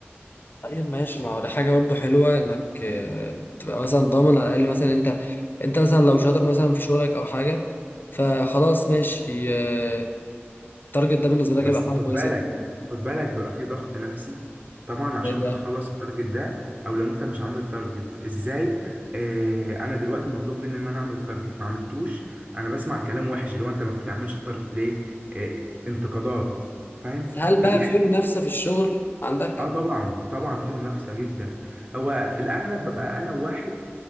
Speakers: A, on the left; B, on the right.
A: طيب ماشي ما هو ده حاجه برضه حلوه انك آه، تبقى مثلا ضامن على الاقل مثلا انت انت مثلا لو شاطر مثلا في شغلك او حاجه فخلاص ماشي آه، التارجت ده بالنسبه لك
B: بس
A: هيبقى حاجه
B: خد
A: كويسه
B: بالك
A: جدا
B: خد بالك بيبقى في ضغط نفسي طبعا عشان
A: طيب يعني،
B: تخلص التارجت ده او لو انت مش عامل التارجت ازاي آه انا دلوقتي مطلوب مني ان انا اعمل التارجت ما عملتوش انا بسمع كلام وحش اللي هو انت ما بتعملش التارجت ليه آه انتقادات فاهم
A: هل
B: فدي
A: بقى في منافسه في الشغل عندك
B: اه طبعا طبعا في منافسة جدا هو في الأغلب ببقى أنا واحد